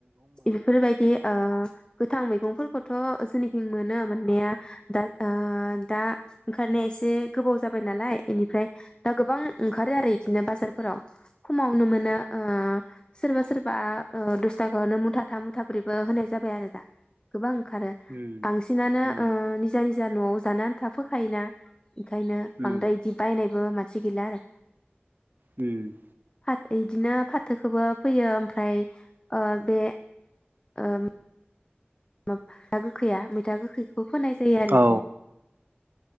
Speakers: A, on the left; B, on the right.
A: बेफोरबायदि ओ गोथां मैगंफोरखौथ' जोंनिखिं मोनो मोननाया दा दा ओंखारनाया एसे गोबाव जाबाय नालाय एनिफ्राय दा गोबां ओंखारो आरो बिदिनो बाजारफोराव खमावनो मोनोओ सोरबा सोरबा ओ दसथाखोनो मुथाथाम मुथाब्रैबो होनाय जाबाय आरो दा गोबां ओंखारो
B: उम
A: बांसिनानो
B: उम
A: ओ निजा निजा न'आव जानो थाफोखायोना ओंखायनो बांद्राय
B: उम
A: इदि बायनायबो मा सि गैला आरो
B: हम
A: फाद इदिनो फाथोखौबो फैयो ओमफ्राय ओ बे ओ माब म मैथा गोखै मैथा गोखै खौ फोनाय जायो आरो
B: औ
A: एदिनो